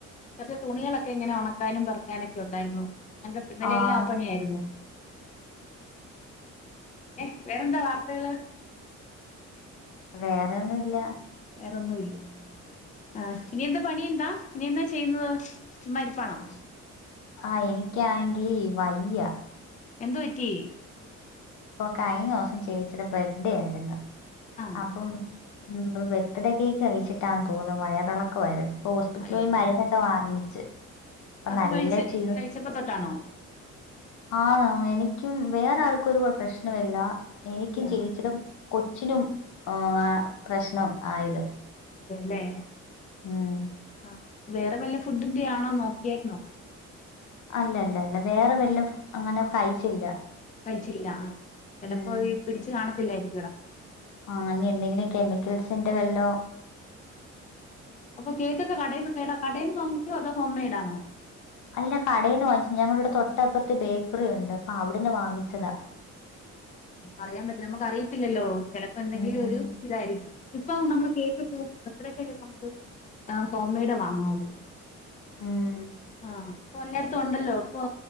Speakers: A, on the left; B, on the left.
A: കൊറച്ച് തുണികളൊക്കെങ്ങനെ ഒണക്കാനും പെറക്കാനൊക്കെ ഒണ്ടായിരുന്നു അങ്ങൻത്തെ ഇന്നലെ
B: ആഹ്
A: എല്ലാ ആപണിയായി രുന്നു പിന്നെ വേറെന്താ വാർത്തകള്
B: വേറെ ഒന്നുല്ല
A: വേറൊന്നുല്ല ആഹ് ഇനിയെന്താ പണിയെന്താ ഇനി എന്താ ചെയ്യുന്നത് ചുമ്മായിരിപ്പാണോ
B: ആഹ് എനിക്കാണെങ്കി വയ്യ
A: എന്തു പറ്റി
B: ഇപ്പൊ കഴിഞ്ഞോസം ചേച്ചിടെ ബെഡ്ഡേ ആയിരുന്നു
A: ആ
B: അപ്പം ഉം ബെർത്ത്ഡേക്കേക്ക് കഴിച്ചിട്ടാന്ന് തോന്നു വയറെളക്കവാരുന്നു ഇപ്പൊ ഹോസ്പിറ്റലിൽ
A: അയ്യോ
B: പോയി മരുന്ന് ക്കെ വാങ്ങിച്ച് ഇപ്പ
A: അത്
B: നല്ല
A: കഴിച്ച്
B: ക്ഷീ
A: <unintelligible> തൊട്ടാണോ
B: ആഹ് എനിക്കും വേറാര്ക്കും ഒരു കൊഴ പ്രശ്നവില്ല എനിക്കും
A: ഇല്ല
B: ചേച്ചിടെ കൊച്ചിനും ആഹ് പ്രശ്നം ആയത്
A: അതെല്ലേ
B: ഉം.
A: ആഹ് വേറെ വല്ല ഫുഡിന്റെ ആണോ നോക്കിയായിരുന്നോ?
B: അല്ലല്ലല്ല വേറെ വല്ലം അങ്ങനെ കഴിച്ചില്ല
A: കഴിച്ചില്ല ആഹ് ചെലപ്പോ
B: ഉം.
A: പിടിച്ച് കാണത്തില്ലായിരിക്കുവെടാ
B: ആഹ് ഇനി എന്തെങ്കിലും കെമിക്കൽസിന്റെ വല്ലോ
A: അപ്പൊ കേക്കൊക്കെ കടേന്ന് കടേന്ന് വാങ്ങിച്ചോ അതോ ഹോം മെയ്ഡാണോ
B: അല്ല കടേന്ന് വാങ്ങിച്ചു ഞങ്ങടിവിടെ തൊട്ടപ്പുറത്ത് ബേക്കറി ഉണ്ട് അപ്പൊ അവിടുന്ന് വാങ്ങിച്ചതാ
A: ആഹ് അറിയാൻ പറ്റില്ല നമുക്ക് അറിയത്തില്ലല്ലോ ചെലപ്പോ എന്തെങ്കിലും
B: ഉം.
A: ഒരു ഇതായിരിക്കും ഇപ്പൊ നമ്മള് കേക്കൊക്കെ ബർത് ഡേക്കൊക്കെ നമുക്ക് ഹോം മെയ്ഡേ വാങ്ങാവുള്ളൂ
B: ഉം
A: ആഹ് ഇപ്പൊ എല്ലായിടത്തും ഉണ്ടല്ലോ ഇപ്പൊ